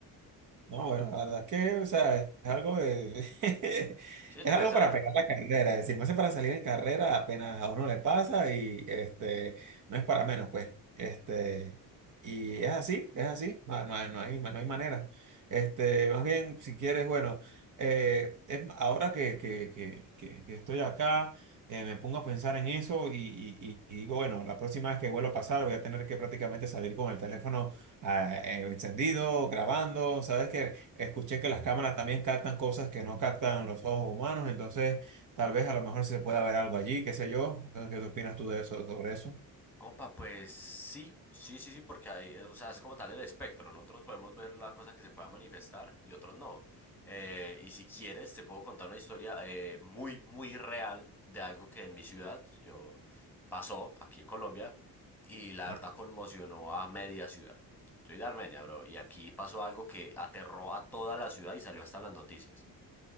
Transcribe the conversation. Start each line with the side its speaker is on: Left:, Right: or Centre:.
Right: No, bueno, la verdad es que, o sea, es algo de- <laughs>
Centre: Sí,
Right: es
Centre: es de
Right: algo
Centre: pensar.
Right: para pegar la carrera, decimos, es para salir en carrera apenas a uno le pasa y este, no es para menos, pues, este, y es así, es así, no, no hay, no hay- no hay manera, este, más bien, si quieres, bueno, eh, es m- ahora que, que- que- que- que estoy acá, eh, me pongo a pensar en eso y, y- y- y digo, bueno, la próxima vez que vuelva a pasar voy a tener que prácticamente salir con el teléfono ah, eh, encendido, grabando, sabes que escuché que las cámaras también captan cosas que no captan los ojos humanos, entonces tal vez a lo mejor se pueda ver algo allí, qué sé yo. Entonces, ¿Qué opinas tú de eso, sobre eso?
Centre: Compa, pues sí, sí, sí, sí, porque hay, eh, o sea, es como tal el espectro. Nosotros podemos ver la cosa que se pueda manifestar y otros no. Eh, y si quieres, te puedo contar una historia eh, muy, muy real de algo que en mi ciudad yo pasó aquí en Colombia y la verdad
Right: No.
Centre: conmocionó a media ciudad. Soy de Armenia, bro, y aquí pasó algo que aterró a toda la ciudad y salió hasta en las noticias.